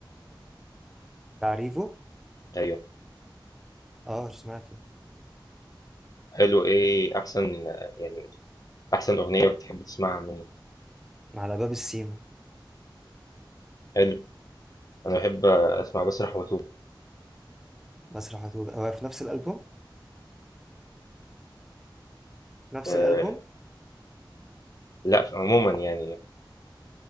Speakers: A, in the centre; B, on the left.
A: تعريفه
B: ايوه
A: اه سمعته
B: حلو ايه احسن آه، يعني احسن اغنيه بتحب تسمعها منه
A: على باب السيما
B: حلو انا بحب آه، اسمع بسرح واتوه
A: بسرح وتوه هو في نفس الالبوم نفس
B: أه
A: الالبوم
B: لا عموما يعني